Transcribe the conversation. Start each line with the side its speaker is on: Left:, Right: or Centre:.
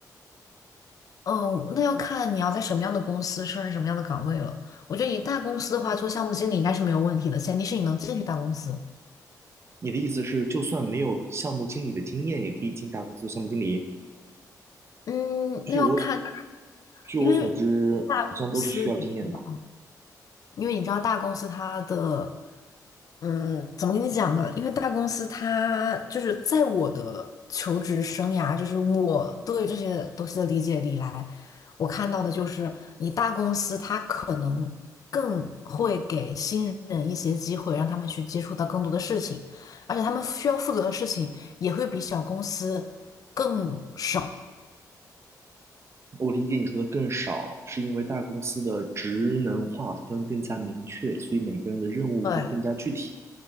Left: 哦，那要看你要在什么样的公司胜任什么样的岗位了。我觉得你大公司的话，做项目经理应该是没有问题的，前提是你能进去大公司。
Right: 你的意思是，就算没有项目经理的经验，也可以进大公司做项目经理？
Left: 嗯，
Right: 据我所
Left: 那要看，
Right: 据我所知，
Left: 因为大公司你知道。
Right: 好像都是需要经验的吧。
Left: 因为你知道大公司它的，嗯，怎么跟你讲呢？因为大公司它就是在我的求职生涯，就是我对这些东西的理解里来，我看到的就是你大公司它可能更会给新人一些机会，让他们去接触到更多的事情，而且他们需要负责的事情也会比小公司更少。
Right: 我理解你说的更少，是因为大公司的职能划分更加明确，所以每个人的任务会更加具体。
Left: 对。